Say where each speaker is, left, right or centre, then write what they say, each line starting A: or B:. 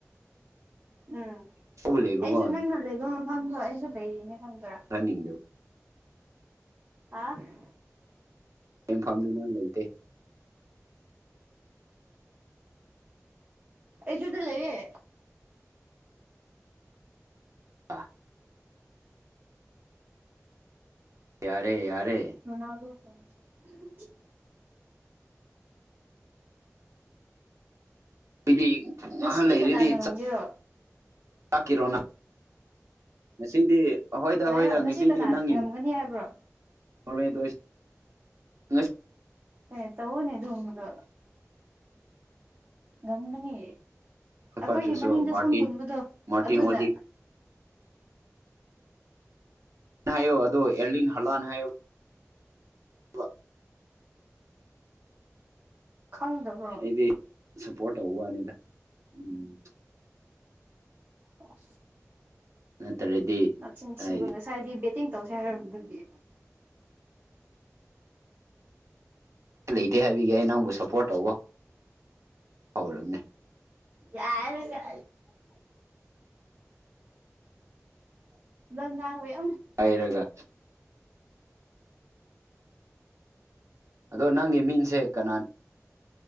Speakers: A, on the right; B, on the right.
A: ꯎꯝ
B: ꯇꯧꯕ ꯂꯩꯕꯀꯣ
A: ꯑꯩꯁꯨ ꯅꯪꯅ ꯂꯩꯕ ꯃꯐꯝꯗꯣ ꯑꯩꯁꯨ ꯂꯩꯔꯤꯅꯦ ꯈꯪꯕ꯭ꯔꯥ
B: ꯍꯥꯏꯅꯤꯡꯗꯕ
A: ꯑꯐ
B: ꯌꯦꯡꯐꯝꯗꯨ ꯅꯣꯏ ꯂꯩꯇꯦ
A: ꯏꯗ ꯂꯩꯌꯦ
B: ꯑ <unintelligible> <inaudible> ꯌꯥꯔꯦ ꯌꯥꯔꯦ
A: ꯅꯅꯥꯕ ꯐ <unintelligible>
B: ꯑꯩꯗꯤ
A: ꯉꯁꯤꯗꯤ
B: ꯑꯍꯜ ꯂꯩꯔꯗꯤ
A: ꯀꯅꯥꯅ ꯉꯝꯒꯦꯔꯣ
B: ꯇꯥꯛꯀꯤꯔꯣꯅ ꯉꯁꯤꯗꯤ ꯑꯍꯣꯏꯗ ꯑꯩꯣꯏꯗ
A: ꯍꯥꯏꯌꯣ ꯉꯁꯤ
B: ꯉꯁꯤꯗꯤ
A: ꯀꯅꯥ
B: ꯅꯪꯒꯤꯅꯤ
A: ꯉꯝꯒꯅꯤ ꯍꯥꯏꯕ꯭ꯔꯣ
B: ꯍꯣꯔꯦꯗ ꯑꯣꯏꯁꯪꯁꯤ
A: ꯍ ꯇꯧꯅꯦ ꯑꯗꯨꯗ ꯉꯝꯃꯅꯤ ꯑꯩꯈꯣꯏꯒꯤ
B: ꯄꯥꯔꯇ꯭ꯔꯁꯨ
A: ꯃꯅꯤꯡꯗ
B: ꯃꯥꯔꯇꯤꯟ
A: ꯁꯝ ꯄꯨꯟꯕꯗꯣ
B: ꯃꯥꯔꯇꯤꯟ
A: ꯑꯗꯨꯅ
B: ꯑꯣꯗꯤꯛ ꯅꯑꯣ ꯑꯗꯣ ꯑꯦꯔꯂꯤꯅ ꯍꯂꯅꯣ ꯋꯥ
A: ꯈꯪꯗꯕ꯭ꯔꯣ
B: ꯑꯩꯗꯤ ꯁꯞꯄꯣꯔꯠ ꯇꯧꯕ ꯋꯥꯅꯤꯗ ꯎꯝ
A: ꯑꯣ
B: ꯅꯠꯇ꯭ꯔꯗꯤ
A: ꯅꯁꯤꯟ ꯊꯤꯕ
B: ꯍꯥꯏꯗꯤ
A: ꯉꯁꯥꯏꯗꯤ ꯕꯦꯠꯇꯤꯡ ꯇꯧꯁꯦ ꯍꯥꯏꯔꯕꯗꯨꯗꯤ
B: ꯂꯩꯇꯦ ꯍꯥꯏꯕꯒꯤ ꯑꯩ ꯅꯪꯕꯨ ꯁꯞꯄꯣꯔꯠ ꯇꯧꯕ ꯍꯧꯥꯎꯔꯝꯅꯦ
A: ꯌꯥꯔꯦ ꯌꯥ ꯂꯪꯒꯥꯥ ꯍꯦ <unintelligible>
B: ꯍꯥꯏꯩꯔꯒ ꯑꯗꯣ ꯅꯪꯒꯤ ꯃꯤꯡꯁꯦ ꯀꯅꯥꯅꯤ